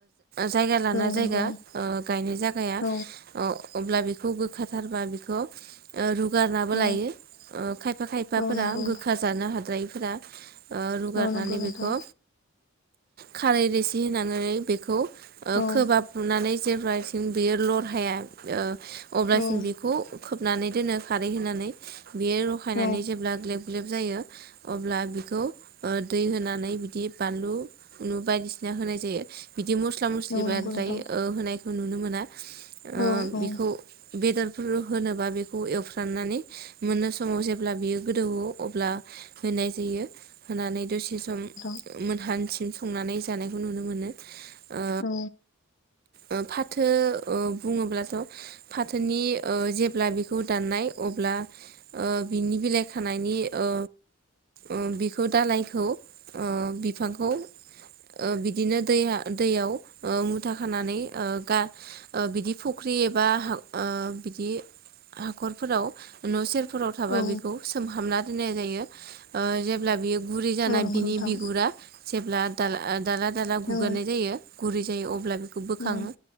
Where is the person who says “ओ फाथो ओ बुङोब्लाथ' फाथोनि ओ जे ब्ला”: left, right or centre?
Right